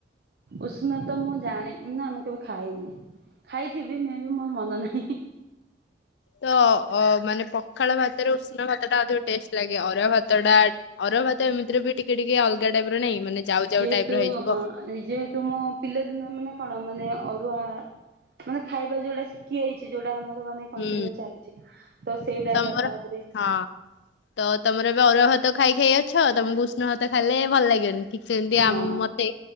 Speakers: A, on the right (about 55°); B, on the left (about 75°).
A: ଉଷୁନା ତ ମୁଁ ଜାଣି ନାଁ ମୁଁ କେବେ ଖାଇନି ଖାଇଥିବି ମେ ବି ମୋର ମନ ନାହିଁ।
B: ତ ଅ ମାନେ ପଖାଳ ଭାତରେ ଉଷୁ ଉଷୁନା ଭାତଟା ଅଧିକ ଟେଷ୍ଟ ଲାଗେ। ଅରୁଆ ଭାତଟା ଅରୁଆ ଭାତ ଏମିତିରେ ବି ଟିକେ ଟିକେ ଅଲଗା ଟାଇପର ନାଇଁ ମାନେ ଯାଉ ଯାଉ
A: ଯେହେତୁ
B: ଟାଇପ ର ହେଇଯିବ।
A: ହଁ ଯେହେତୁ ମୁଁ ପିଲାଦିନ ମାନେ କଣ ମାନେ ଅ ରୁଆ ମାନେ ଖାଇବା ଯୋଉଟା ଶିଖି ଆଇଛି ଯୋଉ ଏଟା ଆମର ମାନେ
B: ହୁଁ
A: କଣ୍ଟିନ୍ୟୁ ଚାଲିଚି ତ ସେଇଟା
B: ତମର
A: ଏଗା ତାପରେ
B: ହଁ ତ ତମର ଏବେ ଅରୁଆ ଭାତ ଖାଇ ଖାଇ ଅଛ। ତମକୁ ଉଷୁନା ଭାତ ଖାଇଲେ ଭଲ ଲାଗିବନି। ଠିକ୍ ସେମିତି
A: ହଁ
B: ଆମ୍ ମତେ